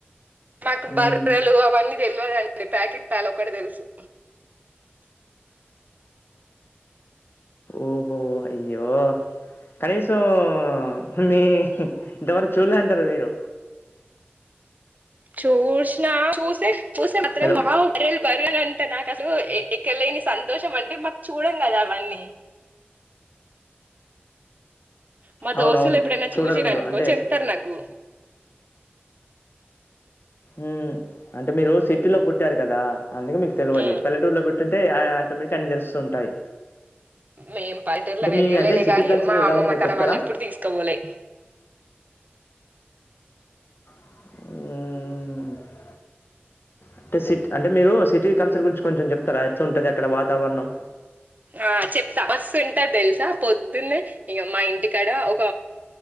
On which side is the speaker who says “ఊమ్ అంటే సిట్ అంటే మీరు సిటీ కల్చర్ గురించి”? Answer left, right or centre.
Left